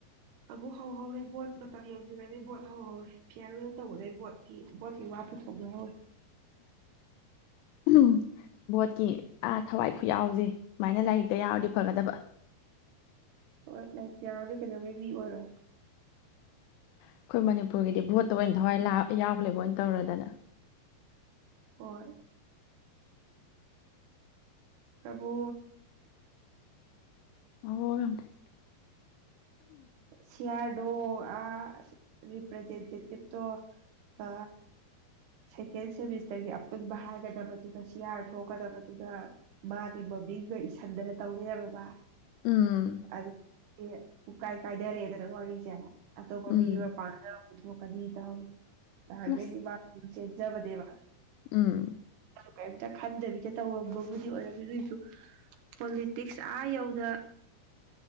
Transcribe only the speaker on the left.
ꯎ ꯕꯣꯠꯀꯤ ꯑ ꯊꯋꯥꯏ ꯈꯨꯌꯥꯎꯁꯦ ꯁꯨꯥꯏꯅꯥꯏꯔꯤꯛꯇ ꯌꯥꯎꯔꯤꯕ ꯐꯒꯗꯕ
ꯑꯩꯈꯣꯏ ꯃꯅꯤꯄꯨꯔꯒꯤꯗꯤ ꯚꯣꯠꯇ ꯑꯣꯏꯅ ꯊꯋꯥꯏ ꯂꯥꯛ ꯌꯥꯎꯂꯦꯕꯣꯏ ꯑꯣꯏꯅ ꯇꯧꯔꯗꯅ
ꯑ
ꯎꯝ
ꯎꯝ
ꯑꯁ
ꯎꯝ